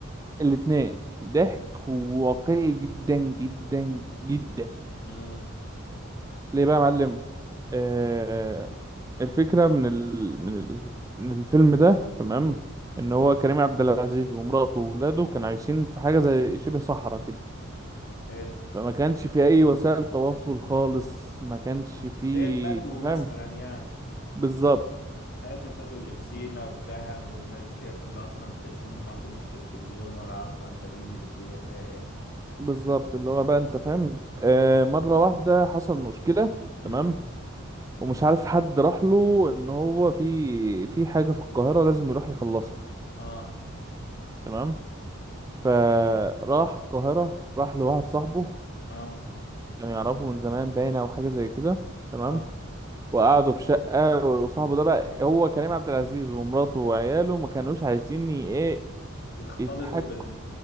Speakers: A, on the right (about 15°); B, on the left (about 50°).
A: الاتنين ضحك واقعي جدا جدا جدا
B: امم
A: ليه بقى يا معلم آه، الفكرة من ال... من ال... من الفيلم ده تمام ان هو كريم عبد العزيز ومراته وولاده كانوا عايشين في حاجة زي شبه صحراء كده
B: حلو
A: فما كانش في اي وسائل تواصل خالص ما كانش في
B: زي البدو
A: انت فاهم
B: مثلا يعني
A: بالظبط
B: حياة البدو اللي في سينا وفي دهب والناس ديت اللي أصلا تحس إنهم ما عندهمش تلفزيون ولا أصلا دارين بالدنيا فيها إيه
A: بالظبط اللي هو بقى انت فاهم آه مرة واحدة حصل مشكلة
B: مم.
A: تمام ومش عارف حد راح له ان هو في في حاجة في القاهرة لازم يروح يخلصها
B: آه
A: تمام فراح القاهرة راح لواحد صاحبه
B: آه
A: كانوا يعرفوا من زمان باينة او حاجة زي كده تمام
B: آه
A: وقعدوا في شقة وصاحبه ده بقى هو كريم عبد العزيز ومراته وعياله ما كانوش عايزين ي- ايه
B: يختلطوا
A: يتحكوا
B: بال